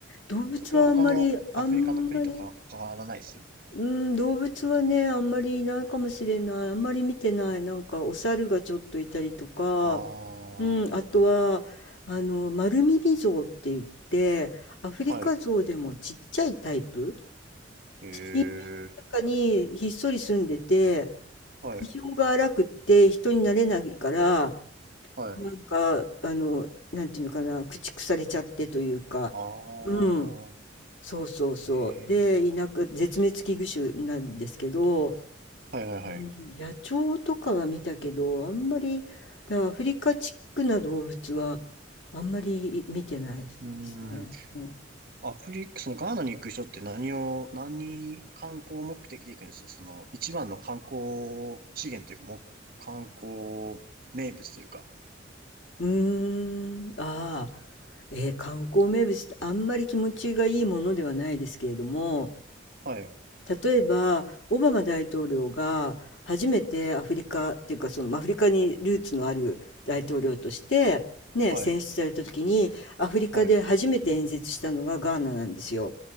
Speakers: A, on the left; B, on the right.
A: 動物はあんまりあんまり、
B: そこは他のアフリカの国とか変わらないです。
A: うん、動物はね、あんまりいないかもしれない。あんまり見てない。なんかお猿がちょっといたりとか、
B: ああー、
A: うん、あとはあの丸耳象って言って、アフリカゾウでもちっちゃいタイプ、
B: はい。ええ、
A: 森林の中にひっそり住んでて、
B: はい、
A: 気性が荒くって人になれないから。
B: はい。
A: なんか、あの、なんていうのかな、駆逐されちゃってというか、
B: ああ、
A: うん、そうそうそう。
B: え
A: で、
B: え、
A: 田舎、絶滅危惧種なんですけど、
B: はいはいはい。
A: うん、野鳥とかは見たけど、あんまり、だからアフリカチックな動物は、あんまり見てないですね。
B: うーん。
A: うん、
B: アフリカ、そのガーナに行く人って何を、何観光目的で行くんですその一番の観光資源というか、もう観光名物というか。
A: うーん、ああ、えー観光名物ってあんまり気持ちがいいものではないですけれども、
B: はい、
A: 例えばオバマ大統領が初めてアフリカっていうかそのアフリカにルーツのある大統領として、ね、
B: はい、
A: 選出された時にアフリカで初めて演説したのがガーナなんですよ。
B: はい。